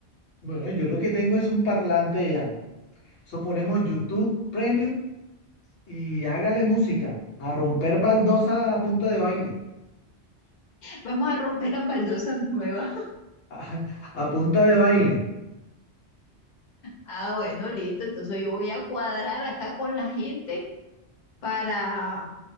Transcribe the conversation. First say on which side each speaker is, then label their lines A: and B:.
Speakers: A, on the left; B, on the left.
A: Bueno, yo lo que tengo es un parlante ya. Eso ponemos YouTube Premium y hágale música. A romper baldosa a punta de baile. <laughs>
B: vamos a romper las baldosas nuevas.
A: A, a punta de baile.
B: Ah, bueno, listo. Entonces yo voy a cuadrar acá con la gente para,